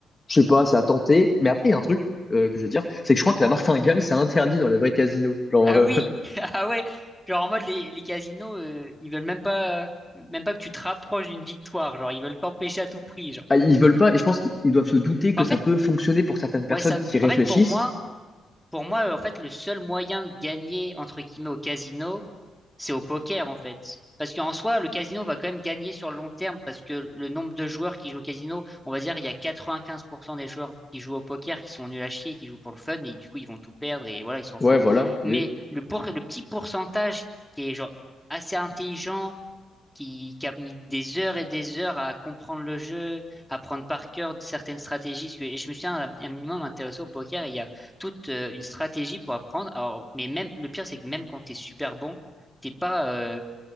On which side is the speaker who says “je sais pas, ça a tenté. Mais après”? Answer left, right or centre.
Left